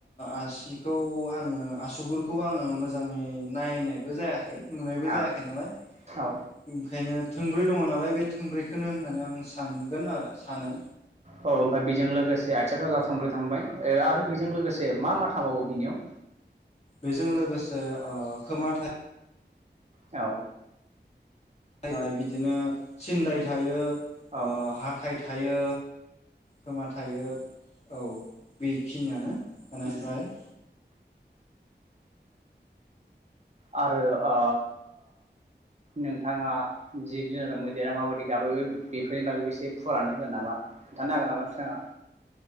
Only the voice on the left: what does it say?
आसिखौ आङो आसुगुरखौ आङो मोजाङै नाय नाय जायाखै नुनायबो
जायाखै नालाय
ओंखायनो थोंब्रै दङ नालाय बे थोंब्रैखौनो होननानै आं सानगोन आरो सानो
बेजों लोगोसे खोमाथाय
जैबाय बिदिनो सिनन्दाय थायो।
हाथाइ थायो खोमा थायो। औ बेखिनियानो बेनिफ्राय